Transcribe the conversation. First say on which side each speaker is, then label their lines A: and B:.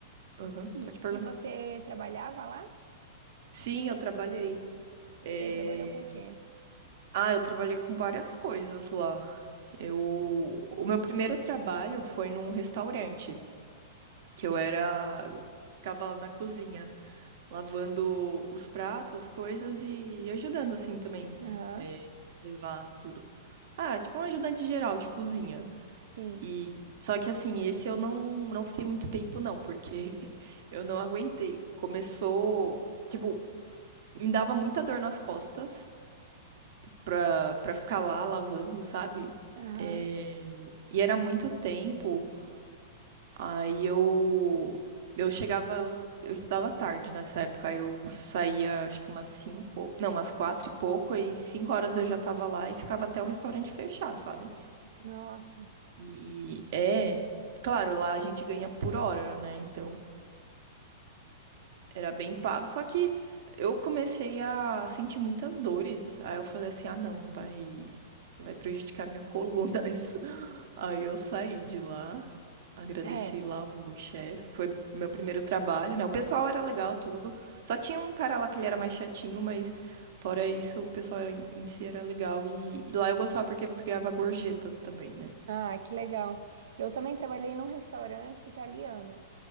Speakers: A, on the right; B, on the right.
A: Aham,
B: e,
A: pode perguntar.
B: e você trabalhava lá?
A: Sim, eu trabalhei. É,
B: Você trabalhou com o quê?
A: Ah, eu trabalhei com várias coisas lá. Eu... O meu primeiro trabalho foi num restaurante. que eu era, eu ficava na cozinha, lavando os pratos, as coisas e, e ajudando assim também,
B: Aham,
A: é, levar tudo. Ah, tipo um ajudante geral de cozinha.
B: sim.
A: E só que assim, esse eu não não fiquei muito tempo não, porque <laughs> eu não aguentei. Começou, tipo, me dava muita dor nas costas pra, pra ficar lá lavando, sabe?
B: Aham,
A: É, E era muito tempo. Aí eu eu chegava, eu, eu estudava tarde nessa época, aí eu saía acho que umas cinco, não, umas quatro e pouco, aí cinco horas eu já tava lá e ficava até o restaurante fechar, sabe?
B: nossa.
A: E é, claro, lá a gente ganha por hora, né? Então Era bem pago, só que eu comecei a sentir muitas dores. Aí eu falei assim: ah, não, vai, vai prejudicar minha coluna <laughs> isso. Aí eu saí de lá, agradeci
B: É.
A: lá o chefe. Foi meu primeiro trabalho, né? O pessoal era legal, tudo. Só tinha um cara lá que ele era mais chatinho, mas fora isso, o pessoal era- em si era legal. E, e lá eu gostava porque você ganhava gorjetas também, né?
B: Ah, que legal. Eu também trabalhei num restaurante italiano.